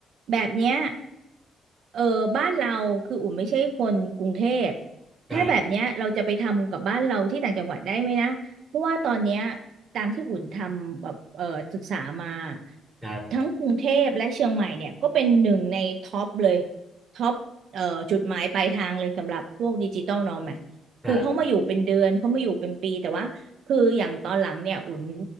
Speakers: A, on the right; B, in the centre.
A: แบบเนี้ยเออบ้านเราคืออุ่นไม่ใช่คนกรุงเทพ
B: ครับ
A: ถ้าแบบเนี้ยเราจะไปทำกับบ้านเราที่ต่างจังหวัดได้ไหมนะเพราะว่าตอนเนี้ยตามที่อุ่นทำแบบเออศึกษามา
B: ครับ
A: ทั้งกรุงเทพและเชียงใหม่เนี่ยก็เป็นหนึ่งในท็อปเลยท็อปเอ่อจุดหมายปลายทางเลยสำหรับพวกดิจิตอลโนแม
B: ครับ
A: คือเขามาอยู่เป็นเดือนเขามาอยู่เป็นปีแต่ว่าคืออย่างตอนหลังเนี่ยอุ่น